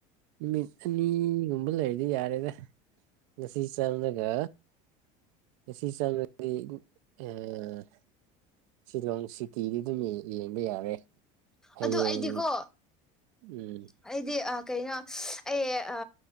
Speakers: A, on the right (about 75°); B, in the centre.
A: ꯅꯨꯃꯤꯠ ꯑꯅꯤꯒꯨꯝꯕ ꯂꯩꯔꯗꯤ ꯌꯥꯔꯦꯗ ꯉꯁꯤ ꯆꯪꯉꯒ ꯉꯁꯤ ꯆꯪꯉꯗꯤ ꯑꯥ ꯁꯤꯂꯣꯡ ꯁꯤꯇꯤꯗꯤ ꯑꯗꯨꯝ ꯌꯦꯡꯕ ꯌꯥꯔꯦ ꯍꯌꯦꯡ
B: ꯑꯗꯨ ꯑꯩꯗꯤꯀꯣ
A: ꯎꯝ
B: ꯑꯩꯗꯤ ꯑ ꯀꯩꯅꯣ ꯑꯩ ꯑ